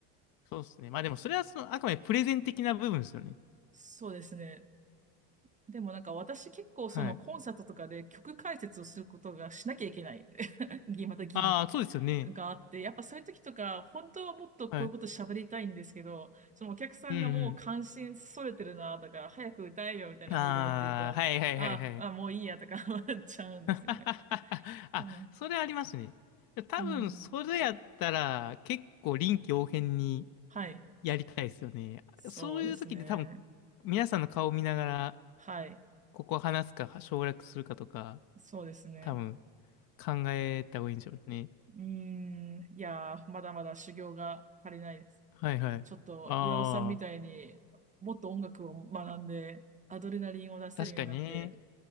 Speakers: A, on the left; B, on the right.
A: そうですね。まあでもそれはその、あくまでプレゼン的な部分ですよね。
B: そうですね。でもなんか私結構そのコンサートとかで曲解説をすることがしなきゃいけない。
A: はい。
B: <laughs> ぎまた義務。
A: ああ、そうですよね。
B: があって、やっぱそういう時とか、本当はもっとこういうこと喋りたいんですけど、
A: はい。
B: そのお客さんがもう関心それてるなとか、
A: うんう
B: 早く歌えよみたいなムードになってると、
A: ん。ああ、はいはいはいはい。
B: ああ、もういいやとか <laughs> 思っちゃうんですよね。
A: <laughs> あ、
B: あ、
A: それありますね。多分、
B: うん。
A: それやったら結構臨機応変に
B: はい。
A: やりたいですよね。
B: そうですね。
A: そういう時で多分、皆さんの顔を見ながら、
B: はい。
A: ここ話すか省略するかとか、
B: そうですね。
A: 多分考えた方がいいんでしょうね。
B: うーん。いやー、まだまだ修行が足りないです。
A: はいはい。
B: ちょっと、
A: ああ、
B: 岩尾さんみたいにもっと音楽を学んで、アドレナリンを出せるようになって、
A: 確かにね。